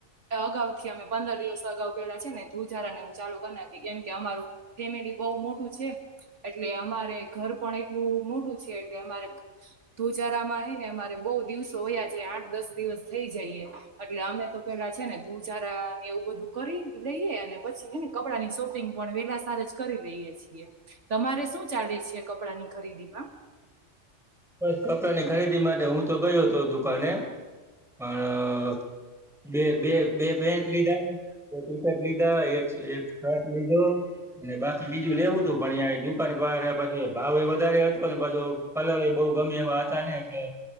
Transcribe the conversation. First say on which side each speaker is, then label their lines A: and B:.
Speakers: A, on the right; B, in the centre.
A: અગાઉ થી અમે પંદર દિવસ અગાઉ પેલા છે ને ઘુજારા નેવું ચાલુ કરી નાખી કેમ કે અમારું ફેમિલી બહ મોટું છે એટલે અમારે ઘર પણ એટલું મોટું છે, એટલે અમારે ધ્રુજારા માં હ ને અમારે બહુ દિવસો હોયા છે આઠ દસ દિવસ થઈ જઈએ એટલે અમે તો પેલા છે, ને ધૂજારાને એવું બધું કરી લઈએ અને પછી હેને કપડા ની શોપિંગ પણ વેલા સાર જ કરી રહીએ છીએ. તમારે શું ચાલે છે? કપડા ની ખરીદી માં
B: બસ કપડા ની ખરીદી માટે હું તો ગયો હતો દુકાને પણ બે બે બે પેન્ટ લીધા, બે ટી શર્ટ લીધા એક શર્ટ લીધો અને બાકી બીજું લેવું તું પણ એ આ પછી ભાવ વધારે હતો ને પાછો કલર બહુ ગમે એવા હતા ને એટલે